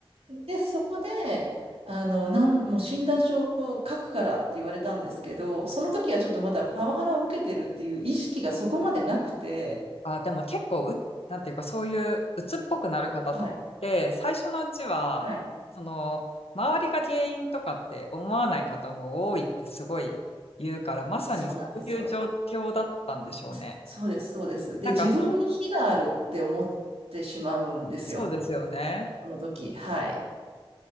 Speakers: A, on the right; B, on the left.
A: で、そこで、あの、なん、もう診断書を書くからって言われたんですけど、その時はちょっとまだパワハラを受けてるっていう意識がそこまでなくて、
B: あ、でも結構う、なんていうか、そういう鬱っぽくなる方とかって、
A: はい、
B: 最初のうちは、
A: はい、
B: その、周りが原因とかって思わない方も多いってすごい言うから、まさにそういう状況だったんでしょうね。
A: そうなんですよ。そそうです、そうです。で、
B: なんか、
A: 自分に非があるって思ってしまうんですよ。
B: その、そうですよね。
A: その時。はい。